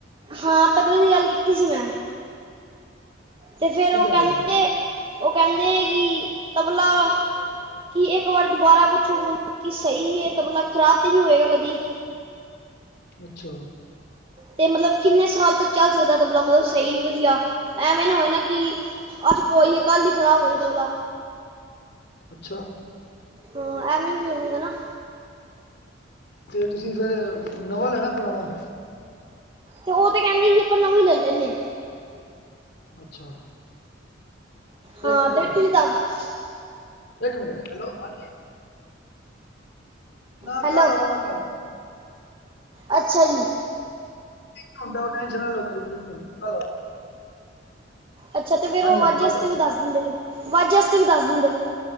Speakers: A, on the right; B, on the left.
A: ਹਾਂ ਤਬਲੇ ਦੀ ਗੱਲ ਕੀਤੀ ਸੀ ਮੈਂ ਤੇ ਫਿਰ
B: ਕੀ
A: ਉਹ ਕਹਿੰਦੇ
B: ਨੇ
A: ਉਹ ਕਹਿੰਦੇ ਕਿ ਤਬਲਾ ਕਿ ਇੱਕ ਵਾਰ ਦੁਬਾਰਾ ਪੁੱਛੋ ਮਤਲਬ ਕਿ ਸਹੀ ਹੈ ਤਬਲਾ ਮਤਲਬ ਖ਼ਰਾਬ ਤੇ ਨੀ ਹੋਏਗਾ ਕਦੀ
B: ਅੱਛਾ
A: ਤੇ ਮਤਲਬ ਕਿੰਨੇ ਸਾਲ ਤੱਕ ਚੱਲ ਸਕਦਾ ਤਬਲਾ ਮਤਲਬ ਸਹੀ ਵਧੀਆ ਐਵੇਂ ਨਾ ਹੋਏ ਨਾ ਕਿ ਅੱਜ ਪੋਈਏ ਕੱਲ ਹੀ ਖ਼ਰਾਬ ਹੋ ਜਾਏ ਤਬਲਾ
B: ਅੱਛਾ
A: ਹੋਰ ਅਵੇ ਵੀ ਹੋ ਜਾਏਗਾ ਨਾਂ
B: ਅਤੇ ਤੁਸੀਂ ਸਰ ਨਵਾ ਲੈਣਾ ਪੁਰਾਣਾ
A: ਤੇ ਉਹ ਤੇ ਕਹਿੰਦੇ ਹੀ ਆਪਾਂ ਨਵੋਂ ਹੀ ਲੈਂਦੇ ਹਾਂ
B: ਅੱਛਾ
A: ਹਾਂ
B: ਇੱਕ ਮਿੰਟ
A: ਤੇ
B: ਪਾਜੀ
A: ਤੁਸੀਂ ਦੱਸ
B: ਇੱਕ ਮਿੰਟ ਹੈਲੋ ਹਾ ਨਾ
A: ਹੈਲੋ
B: ਕੱਲ ਆਵਾਗਾ ਕੱਲ
A: ਅੱਛਾ ਜੀ
B: ਜਾਦਾ ਟੈਨਸ਼ਨ ਨਾ ਲੌ ਕਲ ਆਵਾ
A: ਅੱਛਾ ਅਤੇ ਫਿਰ
B: ਹਾਂਜੀ
A: ਉਹ ਵਾਜੇ
B: ਹਾਂਜੀ ਕੱਲ
A: ਵਾਸਤੇ
B: ਆਵਾਂਗਾ
A: ਵੀ ਦੱਸ ਦਿੰਦੇ ਵਾਜੇ ਵਾਸਤੇ ਵੀ ਦੱਸ ਦਿੰਦੇ